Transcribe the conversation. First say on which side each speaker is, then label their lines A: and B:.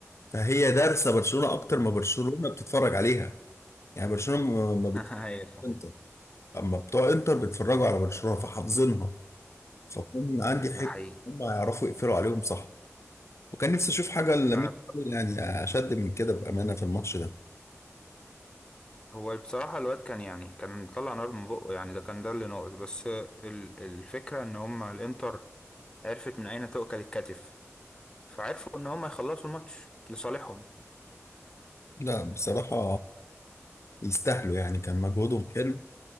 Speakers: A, on the left; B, on the left.
A: فهي دارسه برشلونه اكتر ما برشلونه بتتفرج عليها يعني برشلونه ما ما بت...
B: <laughs> ايوه صحيح
A: انتر اما بتوع انتر بيتفرجوا على برشلونه فحافظينها فكون عندي حته
B: ده حقيقي
A: هم يعرفوا يقفلوا عليهم صح وكان نفسي اشوف حاجه لامين
B: انا بص-
A: يعني اشد من كده بامانه في الماتش ده
B: هو بصراحة الواد كان يعني كان بيطلع نار من بقه يعني ده كان ده اللي ناقص بس ال- الفكرة ان هما الانتر عرفت من اين تؤكل الكتف فعرفوا ان هما يخلصوا الماتش لصالحهم
A: لا بصراحه يستاهلوا يعني كان مجهودهم حلو